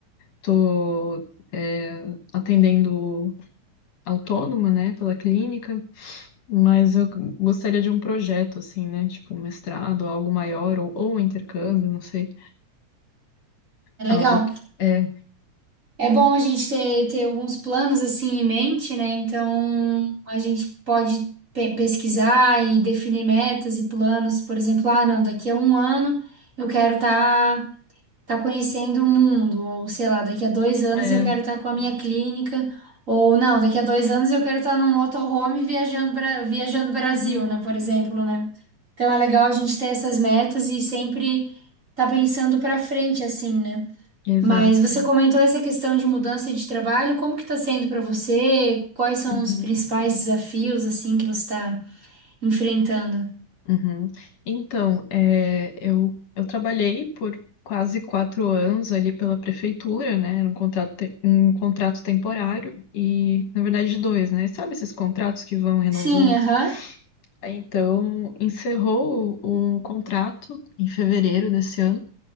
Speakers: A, on the left; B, on the right.
A: tô é, atendendo autônoma, né, pela clínica, mas eu gostaria de um projeto, assim, né, tipo um mestrado, algo maior, ou, ou um intercâmbio, não sei,
B: É
A: algo,
B: legal.
A: é,
B: É bom a gente ter, ter alguns planos assim em mente, né? Então a gente pode pe- pesquisar e definir metas e planos. Por exemplo, ah, não, daqui a um ano eu quero estar tá, tá conhecendo o mundo, ou sei lá, daqui a dois anos
A: é,
B: eu quero estar com a minha clínica, ou não, daqui a dois anos eu quero estar tá num motorhome viajando, Bra- viajando Brasil,
A: uhum,
B: né? Por exemplo, né? Então é legal a gente ter essas metas e sempre tá pensando pra frente, assim, né?
A: exato,
B: Mas você comentou essa questão de mudança de trabalho, como que está sendo para você? Quais são
A: uhum,
B: os principais desafios assim que você está enfrentando?
A: uhum. Então, é, eu, eu trabalhei por quase quatro anos ali pela prefeitura, né, era um contrato, te- um contrato temporário, e, na verdade, dois, né, sabe esses contratos que vão renovando
B: Sim, aham.
A: Então, encerrou o, o contrato em fevereiro desse ano